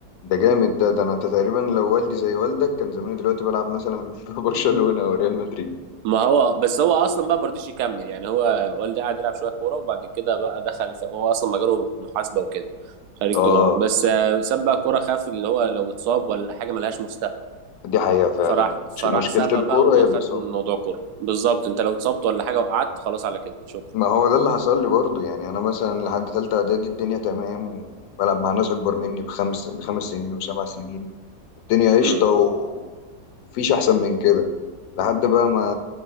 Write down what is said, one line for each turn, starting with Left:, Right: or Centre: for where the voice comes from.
Left: ده جامد ده ده انا تقريبا لو والدي زي والدك كان زماني دلوقتي بلعب مثلا <laughs> في برشلونة او ريال مدريد
Right: ما هو بس هو اصلا بقى ما رضيش يكمل يعني هو والدي قعد يلعب شويه كوره وبعد كده بقى دخل في هو اصلا مجاله محاسبه وكده خريج
Left: اه
Right: تجاره بس آه، ساب بقى كوره خاف اللي هو لو اتصاب ولا حاجه ملهاش مستقبل
Left: دي حقيقة فعلا
Right: فراح فراح
Left: مش- مشكلة
Right: سابها
Left: الكورة
Right: بقى وخد
Left: هي الإصابة
Right: موضوع كوره بالظبط انت لو اتصبت ولا حاجه وقعدت خلاص على كده شكرا
Left: ما هو ده اللي حصل لي برضو يعني انا مثلا لحد تالتة اعدادي الدنيا تمام وبلعب مع ناس اكبر مني بخمس بخمس سنين وسبع سنين والدنيا قشطة
Right: امم
Left: و- ومفيش احسن من كده لحد بقى ما